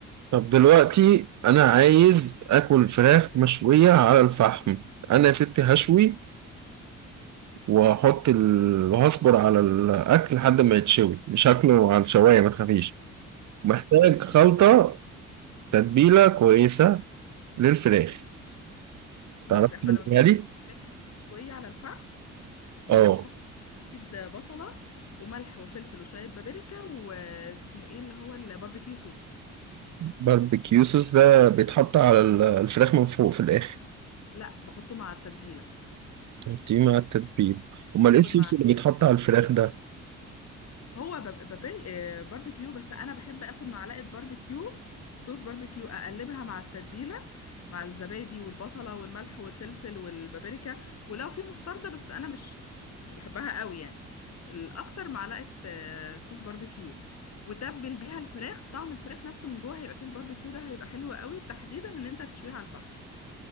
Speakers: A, on the right; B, on the left.
A: طب دلوقتي انا عايز اكل فراخ مشوية على الفحم انا يا ستي هشوي وهحط ال... وهصبر على الاكل لحد ما يتشوي مش هاكله على الشواية ما تخافيش محتاج خلطة تتبيلة كويسة للفراخ
B: بص
A: تعرف
B: احنا
A: تعملها
B: لما بنعمل
A: لي؟
B: شويه على الفحم بنحط
A: اه
B: كده بصله وملح وفلفل وشويه بابريكا واسمه ايه اللي هو الباربيكيو صوص
A: باربيكيو صوص ده بيتحط على ال- الفراخ من فوق في الآخر
B: لا بحطه مع التتبيله
A: تحطيه مع التتبيل أمال
B: باخد
A: إيه الصوص
B: مع
A: اللي بيتحط على الفراخ ده؟
B: هو بب- ببر- آه، باربيكيو بس انا بحب اخد معلقه باربيكيو صوص باربيكيو اقلبها مع التتبيله مع الزبادي والبصله والملح والفلفل والبابريكا ولو في مستردة بس انا مش مش بحبها قوي يعني الاكتر معلقه آه، صوص باربيكيو وتبل بيها الفراخ طعم الفراخ نفسه من جوه هيبقى فيه الباربيكيو ده هيبقى حلو قوي تحديدا ان انت تشويها على الفحم